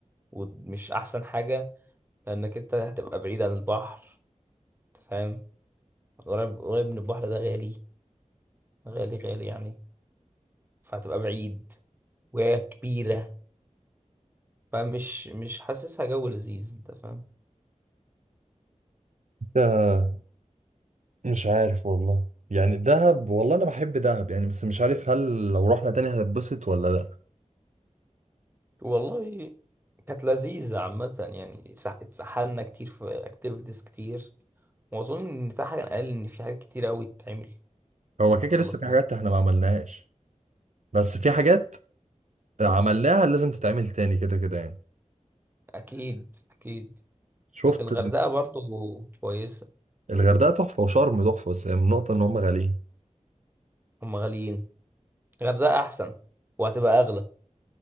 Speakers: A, on the right (about 15°); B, on the right (about 65°).
A: ومش احسن حاجة لانك انت هتبقى بعيد عن البحر فاهم قريب قريب من البحر ده غالي غالي غالي يعني فهتبقى بعيد وهي كبيرة فمش مش حاسسها جو لذيذ انت فاهم
B: آه، مش عارف والله يعني دهب والله انا بحب دهب يعني بس مش عارف هل لو رحنا تاني هنتبسط ولا لا
A: والله كانت لذيذة عامة يعني سح- اتسحلنا كتير في اكتيفيتيز كتير واظن ان تحت كان قال ان في حاجات كتير قوي تتعمل
B: هو كده كده
A: خلصنا
B: لسه في حاجات احنا ما عملناهاش بس في حاجات عملناها لازم تتعمل تاني كده كده يعني
A: اكيد اكيد
B: شفت
A: الغردقة برضو كويسة
B: الغردقة تحفة وشرم تحفة بس النقطة ان هم غاليين
A: هم غاليين الغردقة احسن وهتبقى اغلى